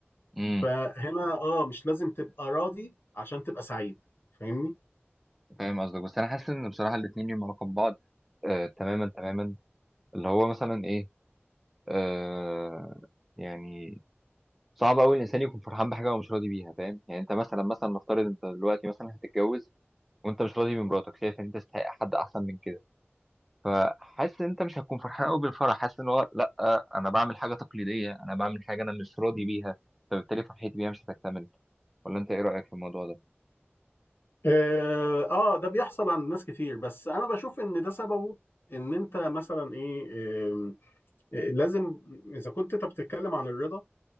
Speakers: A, in the centre; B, on the left (about 55°).
A: امم
B: فهنا اه مش لازم تبقى راضي عشان تبقى سعيد فاهمني
A: فاهم قصدك بس انا حاسس ان بصراحه الاثنين ليهم علاقه ببعض آه، تماما تماما اللي هو مثلا ايه آه يعني صعب قوي الانسان يكون فرحان بحاجه هو مش راضي بيها فاهم يعني انت مثلا مثلا نفترض انت دلوقتي مثلا هتتجوز وانت مش راضي بمراتك شايف ان انت تستحق حد احسن من كده فحاسس ان انت مش هتكون فرحان قوي بالفرح حاسس ان هو لا انا بعمل حاجه تقليديه انا بعمل حاجه انا مش راضي بيها فبالتالي فرحتي بيها مش هتكتمل ولا انت ايه رايك في الموضوع ده
B: آه, اه ده بيحصل عند ناس كتير بس انا بشوف ان ده سببه ان انت مثلا ايه آم، آه لازم اذا كنت انت بتتكلم عن الرضا